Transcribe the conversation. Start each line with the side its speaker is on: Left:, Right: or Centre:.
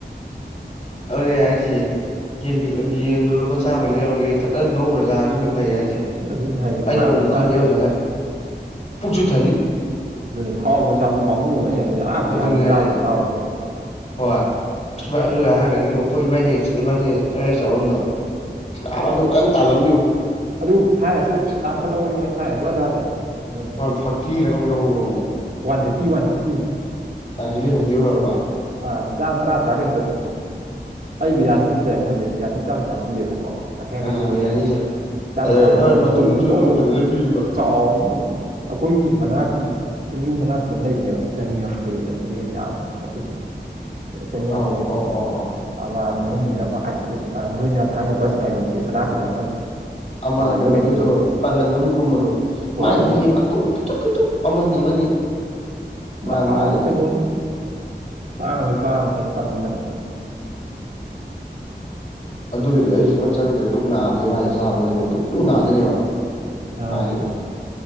Left: ꯑꯗꯨꯅꯦ ꯍꯥꯏꯁꯦ ꯌꯦ ꯌꯦꯟꯗꯣ ꯂꯨꯄꯥ ꯆꯥꯝꯃꯒꯤ ꯂꯩꯔꯨꯒꯦ ꯏꯊꯟꯇꯅ ꯉꯧꯔꯒ ꯆꯥ ꯑꯗꯨ ꯐꯩ ꯍꯥꯏꯁꯦ
Right: ꯑꯗꯨꯅꯦ ꯍꯥꯏꯁꯦ
Left: ꯑꯩꯗꯤ
Right: ꯐꯅꯌꯥꯝ
Left: ꯑꯃꯨꯛ ꯑꯃꯨꯛ
Right: ꯆꯥꯅꯤ
Left: ꯈꯜꯂꯦꯕ ꯑꯗꯨꯃꯥꯏꯅ ꯄꯨꯛꯁꯨꯨ ꯊꯟꯅꯤ
Right: ꯑꯗꯨꯅꯦ ꯊꯥꯎ ꯄꯩꯁꯥꯁꯨ ꯄꯥꯝꯃꯨꯕ ꯑꯩꯩꯅ ꯍꯥꯏꯁꯦ ꯑꯥ ꯕꯤꯔꯌꯥꯅꯤ
Left: ꯑꯗꯨꯅꯦ ꯍꯥꯏꯁꯦ
Right: ꯆꯥꯝꯃꯩ ꯆꯥꯎꯔꯁꯨ ꯌꯥꯏ
Left: ꯍꯣꯏ ꯍꯣꯏ ꯑꯗꯨꯒꯤ ꯍꯥꯏꯔꯒꯗꯤ ꯑꯩꯈꯣꯏ ꯏꯕꯥꯏꯅꯤ ꯏꯕꯥꯅꯤ ꯐ꯭ꯔꯥꯏ ꯔꯥꯏꯁ ꯆꯥꯐꯝꯗꯣ ꯅꯕ ꯑꯗꯨ ꯐꯥꯖꯅꯥ ꯇꯥꯜꯂꯝꯅꯤꯕꯣ
Right: ꯑꯗꯨ ꯐ꯭ꯔꯥꯏꯇꯨ ꯊꯤꯅ ꯇꯥꯡꯈꯠꯍꯧꯔꯦꯉꯣ ꯑꯩ ꯐ꯭ꯔꯥꯏ ꯔꯥꯏꯁ ꯁꯨꯡꯆꯥ ꯆꯥꯗ꯭ꯔꯦ ꯃꯣꯏꯗ
Left: ꯋꯥꯟ ꯐꯣꯔꯇꯤꯔꯥ ꯀꯩꯅꯣꯝ ꯌꯧꯍꯧ ꯔꯝꯅꯦ
Right: ꯋꯥꯟ ꯐꯤꯐꯇꯤ ꯋꯥꯟ ꯐꯤꯐꯇꯤ
Left: <unintelligible> ꯑꯣꯏꯔꯕ
Right: ꯑꯥ ꯆꯥꯝ ꯇꯔꯥ ꯇꯔꯥꯒꯩ ꯍꯦꯟꯒꯠ ꯑꯩ ꯕꯤꯔꯌꯥꯅꯤ ꯑꯣꯏ ꯆꯥꯏ ꯃꯣꯏꯗꯩ ꯕꯤꯔꯌꯥꯅꯤ ꯆꯥꯝ ꯆꯥꯝ ꯄꯤꯌꯦꯕꯀꯣ ꯌꯥꯡꯈꯩ ꯌꯥꯡꯈꯩ
Left: ꯑꯥ
Right: ꯌꯣꯜꯂꯦꯕ
Left: ꯕꯤꯔꯌꯥꯅꯤ ꯆꯥꯏ
Right: ꯆꯥꯝ
Left: ꯑꯗꯩ
Right: ꯆꯥꯝꯃꯩꯗꯣ
Left: ꯍꯣꯏ
Right: ꯃꯇꯨꯝꯁꯨ ꯑꯆꯧ
Left: ꯑꯗꯨꯝ
Right: ꯑꯆꯧꯕ
Left: ꯐꯖꯅ ꯄꯤꯕꯀꯣ
Right: ꯆꯥꯎꯕꯅꯤꯉꯣ ꯑꯗꯨꯝ ꯑꯩꯈꯣꯏꯒꯤ ꯃꯅꯥꯛꯀꯤ ꯑꯦꯝ ꯌꯨ ꯃꯅꯥꯛꯀꯤꯗ ꯑꯃ ꯂꯩꯕꯅꯦꯕ ꯆꯅꯤ ꯌꯥꯡꯈꯩ ꯑꯗꯨꯗꯩ ꯍꯦꯟ ꯌꯥꯝꯃꯦ ꯃꯇꯨꯝ ꯆꯅꯤ ꯌꯥꯡꯈꯩ
Left: ꯑꯧ
Right: ꯀꯩꯅꯣꯗꯣ
Left: ꯑꯧ ꯑꯧ ꯑꯧ
Right: ꯑꯃ ꯃꯅꯨꯡꯒꯤꯗ ꯑꯃ ꯑꯥꯏꯁ ꯀ꯭ꯔꯤꯝ ꯅꯣꯏꯅ ꯊꯥꯏꯅ ꯕꯁ ꯉꯥꯏꯐꯝꯒꯤ ꯃꯅꯥꯛꯀꯤꯗ ꯑꯃ
Left: ꯑꯃ
Right: ꯄꯥꯡꯒꯜꯗ
Left: ꯀꯩꯅꯣꯒꯤꯗꯣ
Right: ꯀꯩꯅꯣꯝ ꯐꯝꯕꯅꯦ
Left: ꯄꯥꯡꯒꯟ ꯑꯃ ꯐꯝꯕꯗꯣ
Right: ꯍꯣꯏ
Left: ꯃꯥꯏꯗꯨꯗ
Right: ꯑꯗꯨ
Left: ꯃꯇꯨꯝ ꯄꯤꯛꯇꯨꯛ ꯄꯤꯛꯇꯨꯛ ꯑꯃꯅꯤ ꯑꯃꯅꯤ
Right: ꯗꯣ
Left: ꯃꯥ
Right: ꯍꯥꯎꯕꯅꯤ
Left: ꯃꯥꯒꯤꯗꯤ
Right: ꯇꯥꯡ ꯇꯥꯡ ꯗꯨ ꯇꯟꯗꯅ
Left: ꯑꯗꯨꯒꯤꯗꯣ ꯑꯩ ꯁꯨꯡ ꯆꯪꯗꯦ ꯄꯨꯛ ꯅꯥꯕꯗꯩ ꯃꯥꯏꯗꯣ ꯆꯥꯕꯈꯨꯗꯤꯡ ꯄꯨꯛ ꯅꯥꯗꯣꯏꯅꯦꯕ
Right: ꯑꯥ
Left: ꯃꯥꯒꯗꯣ